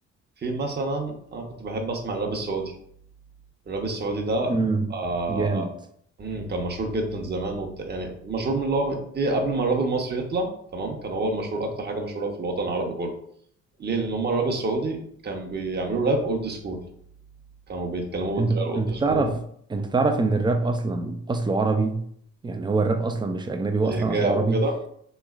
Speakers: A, on the right (about 35°); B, on the right (about 15°).
A: في مثلا انا كنت بحب اسمع الراب السعودي الراب السعودي ده
B: امم
A: آه،
B: جامد
A: امم كان مشهور جدا زمان وبتاع يعني مشهور من اللي هو ايه قبل ما الراب المصري يطلع تمام كان هو المشهور اكتر حاجه مشهوره في الوطن العربي كله ليه لان هم الراب السعودي كان بيعملوا راب اولد سكول كانوا بيتكلموا
B: انت
A: بالطريقه الاولد
B: انت تعرف
A: سكول
B: انت تعرف ان الراب اصلا اصله عربي يعني هو الراب اصلا مش اجنبي هو
A: الهجاء
B: اصلا اصله عربي
A: وكده